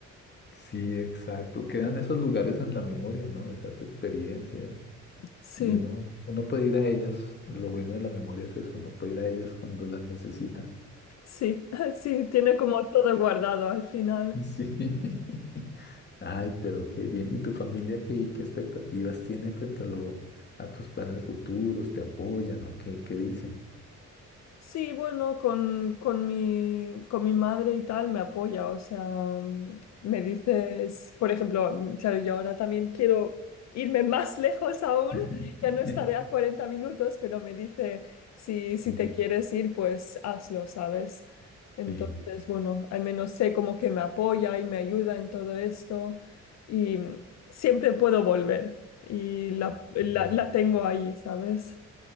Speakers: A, on the left; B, on the left.
A: Sí, exacto. Quedan esos lugares en la memoria, ¿no? Esas experiencias,
B: Sí,
A: Y uno, uno puede ir a ellas, lo bueno de la memoria es eso, uno puede ir a ellas cuando las necesita.
B: sí, <laughs> sí, tiene como todo guardado al final.
A: Sí. <laughs> Ay, pero qué bien. ¿Y tu familia qué, qué expectativas tiene frente a lo, a tus planes futuros? ¿Te apoyan o qué, qué dicen?
B: Sí, bueno, con, con mi, con mi madre y tal me apoya, o sea, mm, me dices, por ejemplo, mm, claro, yo ahora también quiero irme más lejos aún,
A: <laughs>
B: <laughs> ya no estaré a 40 minutos, pero me dice, si, si
A: Sí.
B: te quieres ir, pues hazlo, ¿sabes? Entonces,
A: Sí.
B: bueno, al menos sé como que me apoya y me ayuda en todo esto y mm, siempre puedo volver y la,
A: Ah,
B: la,
A: qué bien.
B: la tengo ahí, ¿sabes?